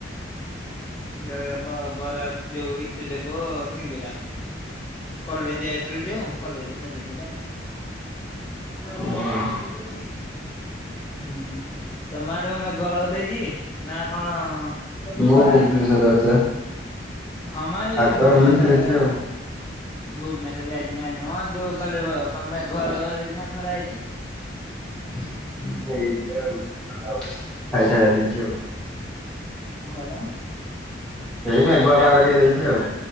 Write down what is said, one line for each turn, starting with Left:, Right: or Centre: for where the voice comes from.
Left: <unintelligible> ବରା ଯଉ ଇ ଟିଲି କୁ ସିଙ୍ଗିଡା। କଲେଜ ଯାଇଥିଲି ଯେ ଅଙ୍କଲ <inaudible> ଦେଇଦେଲେ ଆଉ।
Centre: ଓହୋ। <inaudible>
Left: ହୁଁ ତମ ଅଡ଼ୁଆ ମେଘୁଆ ବାଳ ଦେଇଛି ନା କଣ
Centre: ମୁଁ
Left: ଖରା
Centre: ଭୁବନେଶ୍ୱରରେ
Left: ହେଇଛି?
Centre: ଅଛି ବା।
Left: ହଁ ମ ଏଇ
Centre: ପାଗ
Left: ଭୁବନେଶ୍ଵରରେ
Centre: ଏମିତି ଦେଇଛି ଆଉ
Left: ଭୁବନେଶ୍ୱର ଯାଇଚି ମୁଁ ଜାଣନି ମ। ଯୋଉ କହଲେ କ-କଣ ମେଘ ହେଇଚି ନା ଖରା ହେଇଛି?
Centre: <inaudible>
Left: କଁ କଇଲ?
Centre: ଏଇ ମେଘୁଆ ପାଘ ଟିକେ ଦେଇଛି ଆଉ।